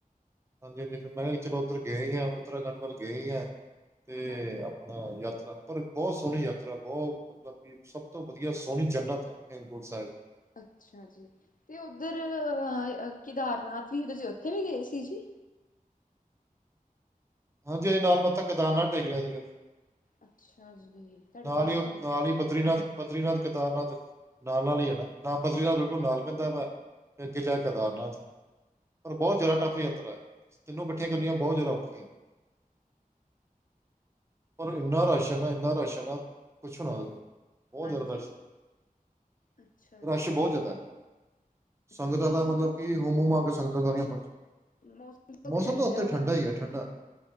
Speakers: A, on the right; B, on the left.
A: ਹਾਂਜੀ ਹਾਂਜੀ ਫਿਰ ਮੈਂ ਚਲੋ ਉੱਧਰ ਗਏ ਹੀ ਹ ਉੱਤਰਾਖੰਡ ਵੱਲ ਗਏ ਹੀ ਆ ਤੇ
B: ਹਾਂ
A: ਆਪਣਾ ਯਾਤਰਾ ਪਰ ਬਹੁਤ ਸੋਹਣੀ ਯਾਤਰਾ, ਬਹੁਤ ਮਤਲਬ ਕਿ ਸਭ ਸਭ ਤੋਂ ਵਧੀਆ ਸੋਹਣੀ ਜਨਨਤ ਹੈਮਕੁੰਠ ਸਾਹਿਬ।
B: ਅੱਛਾ ਜੀ ਤੇ ਉੱਧਰ ਕੇਦਾਰਨਾਥ ਵੀ ਤੁਸੀਂ ਉੱਥੇ ਵੀ ਗਏ ਸੀ ਜੀ।
A: ਹਾਂਜੀ ਅ ਨਾਲ ਮੱਥਾ ਕਿਦਾਰ ਨਾਲ ਟੇਕ ਲਿਆ ਸੀਗਾ
B: ਅੱਛਾ ਜੀ ਤੁਹਾਡੀ
A: ਨਾਲ
B: ਬੱਸ
A: ਹੀ ਉਹ ਨਾਲ ਹੀ ਬਦਰੀਨਾਥ ਬਦਰੀਨਾਥ, ਕੇਦਾਰਨਾਥ ਨਾਲ ਨਾਲ ਹੀ ਹੈ ਨਾ ਨਾ ਬਦਰੀਨਾਥ ਬਿਲਕੁਲ ਨਾਲ ਪੈਂਦਾ ਹੈ। ਫੇਰ ਅਗੇ ਜਾਕੇ ਕੇਦਾਰਨਾਥ ਪਰ ਬਹੁਤ ਜ਼ਿਆਦਾ ਟੱਫ ਯਾਤਰਾ ਹੈ ਤਿਨੋ ਇਕੱਠੀਆਂ ਕਰਨੀਆਂ ਬਹੁਤ ਜ਼ਿਆਦਾ ਔਖੀਆਂੀਆਂ। ਪਰ ਇੰਨਾ ਰਸ਼ ਏ ਇੰਨਾ ਰਸ਼ ਪੁਛੋ ਨਾ ਤੁਸੀ ਬਹੁਤ
B: ਹਾਂਜੀ।
A: ਜ਼ਿਆਦਾ ਰਸ਼।
B: ਅੱਛਾ ਜੀ,
A: ਰਸ਼ ਹੀ ਬਹੁਤ ਜ਼ਿਆਦਾ ਐ।
B: ਅੱਛਾ
A: ਸੰਗਤਾਂ
B: ਜੀ ਮੌਸਮ
A: ਦਾ ਮਤਲਬ ਕਿ ਹੁਮਹੁਮਾਕੇ ਸੰਗਤਾਂ ਸਾਰੀਆਂ ਪੰਜ
B: ਮੌਸਮ ਬਹੁਤ
A: ਮੌਸਮ
B: ਠੰਡਾ
A: ਤਾਂ ਉੱਥੇ ਠੰਢਾ
B: ਵੈ
A: ਹੀ ਹੈ ਠੰਡਾ।